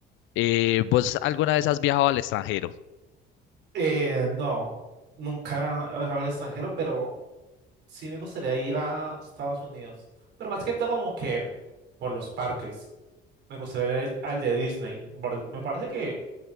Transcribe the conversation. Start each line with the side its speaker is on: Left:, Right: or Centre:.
Left: Eh, ¿vos alguna vez has viajado al extranjero?
Right: Eh, no, nunca he viajado al extranjero, pero sí me gustaría ir a Estados Unidos. Pero más que todo como que por los parques. Me gustaría ir al de Disney. por- me parece que